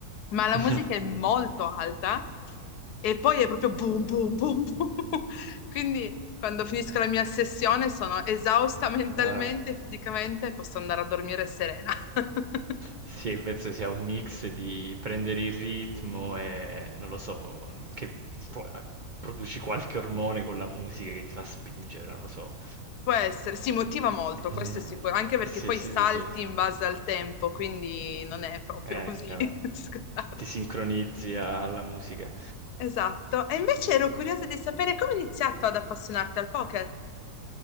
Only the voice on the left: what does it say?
ma la
musica è molto alta e poi è proprio boom, boom, boom, boom, <laughs> quindi quando finisco la mia sessione sono <laughs> esausta mentalmente,
fisicamente e posso andare a dormire serena. <laughs>
Può essere, si motiva molto, questo
è sicuro, anche perché
poi
salti
in base al tempo, quindi non è proprio
così
<laughs> scontato.
Esatto. E invece ero curiosa di sapere come hai iniziato ad appassionarti al poker.